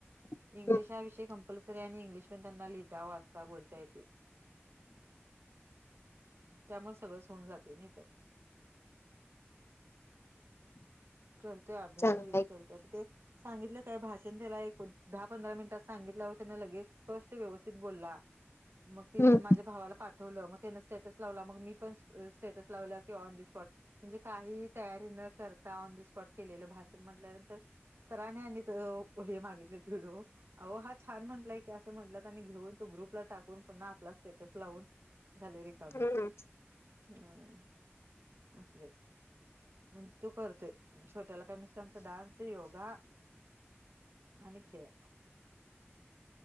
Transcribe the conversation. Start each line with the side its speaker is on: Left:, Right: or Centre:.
Left: हम्म
Right: इंग्लिश हा विषय कंपल्सरी आय,, आणि इंग्लिश पण त्यांना लिहिता, वाचता, बोलता येतय. त्यामुळे सगळंच होऊन जाते नाही त्यात करतोय अभ्यास
Left: चांगलं
Right: वगैरे
Left: आहे की
Right: करते आता ते सांगितलं काय भाषण एक, दहा, पंधरा मिनिटात सांगितल्यावर त्याने लगेच स्पष्ट व्यवस्थित बोलला मग तिथे
Left: हम्म
Right: माझ्या भावाला पाठ ठेवलं, मग त्यांना स्टेटस लावला, मग मी पण स्टेटस लावला की ऑन द स्पॉटऽ म्हणजे, काही तयारी न करता ऑन द स्पॉट केलेलं भाषण म्हटल्यानंतरऽ सरानी आणि हे मागितलेत विडीओ. अओ हा छान म्हटलाय की, असं म्हंटलं त्यांनी घेऊन तो ग्रुपला टाकून, पुन्हा आपला स्टेटस लावूनऽ झाले रिकामी,,
Left: हम्म
Right: ह,, असलेच,, म्हणजेऽ तू करतोय,, छोट्याला काय नुसतं, आमचा डान्स, योगा, आणि खेळ.